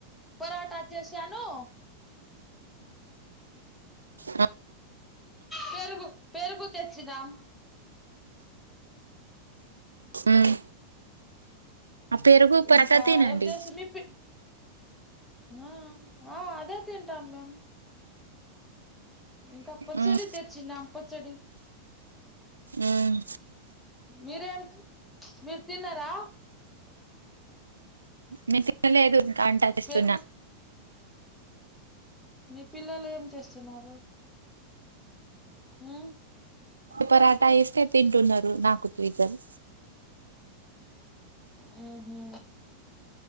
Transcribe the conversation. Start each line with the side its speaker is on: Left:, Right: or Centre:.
Centre: పరాటా చేసాను
Right: ఆ
Centre: పెరుగు పెరుగు తెచ్చిదాం
Right: మ్మ్ పెరుగు పెరక
Centre: ఇంకా
Right: తినండి
Centre: ఏం చేసి మీ పి ఆ ఆ అదే తింటాం మేమ్ ఇంకా పచ్చడి
Right: ఉమ్
Centre: తెచ్చినం పచ్చడి
Right: ఉమ్
Centre: మీరేం మీరు తిన్నారా
Right: మీ తి లేదు ఇంకా వంట చేస్తున్న
Centre: పెరుగు మీ పిల్లలు ఏం చేస్తున్నారు ఉమ్
Right: పరాఠా ఏస్తే తింటున్నారు నా కుత్వికన్
Centre: హ్మ్ హు